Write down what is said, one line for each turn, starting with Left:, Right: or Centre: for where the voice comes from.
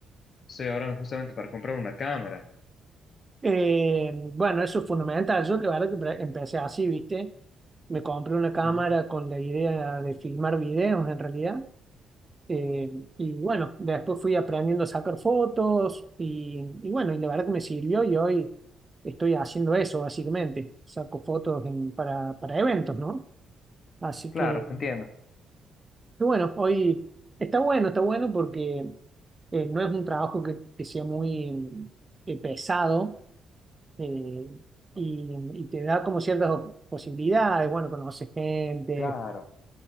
Left: Estoy ahora justamente para comprar una cámara.
Right: Eh, bueno, eso es fundamental. Yo la verdad que pre- empecé así, ¿viste? Me compré una cámara
Left: Ujú.
Right: con la idea de filmar videos en realidad. Eh, y bueno, después fui aprendiendo a sacar fotos y, y bueno, y la verdad que me sirvió y hoy estoy haciendo eso básicamente. Saco fotos en- para, para eventos, ¿no? Así
Left: Claro,
Right: que,
Left: te entiendo.
Right: que bueno, hoy está bueno, está bueno porque eh, no es un trabajo que, que sea muy eh, pesado eh, y, y te da como ciertas op- posibilidades, bueno, conoces gente,
Left: Claro.